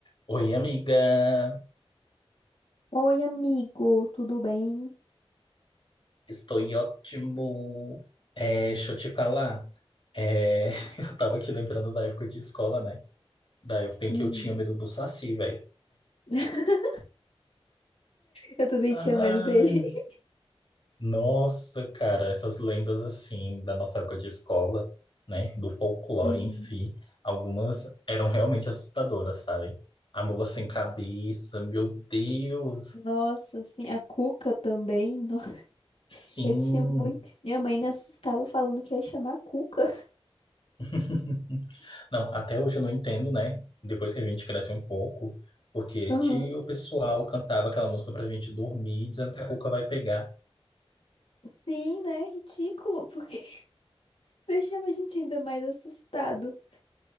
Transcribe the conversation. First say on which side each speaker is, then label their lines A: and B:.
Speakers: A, on the left (about 55°); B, on the left (about 75°).
A: Oi, amiga.
B: Oi, amigo, tudo bem?
A: Estou ótimo. É, deixa eu te falar. É, <laughs> eu tava aqui lembrando da época de escola, né? Da época
B: Uhum.
A: em que eu tinha medo do Saci, velho.
B: <laughs> Eu também
A: Ah,
B: tinha medo dele. <laughs>
A: nossa, cara, essas lendas assim da nossa época de escola, né? Do folclore
B: Uhum.
A: em si, algumas eram realmente assustadoras, sabe? A mula sem cabeça, meu Deus.
B: Nossa, assim, a Cuca também. no- <laughs>
A: Sim.
B: Eu tinha muito. Minha mãe me assustava falando que ia chamar a Cuca.
A: <laughs> Não, até hoje eu não entendo, né? Depois que a gente cresce um pouco, porque
B: Uhum.
A: que o pessoal cantava aquela música pra gente dormir, dizendo que a cuca vai pegar.
B: Sim, né? Ridículo, porque <laughs> deixava a gente ainda mais assustado.